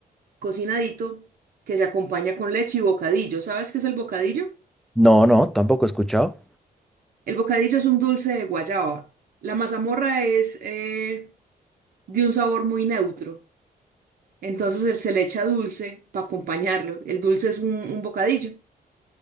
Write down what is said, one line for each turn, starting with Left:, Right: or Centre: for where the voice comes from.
Right: cocinadito, que se acompaña con leche y bocadillo. ¿Sabes qué es el bocadillo?
Centre: No, no, tampoco he escuchado.
Right: El bocadillo es un dulce de guayaba. La mazamorra es eh, de un sabor muy neutro. Entonces él se le echa dulce para acompañarlo. El dulce es un un bocadillo.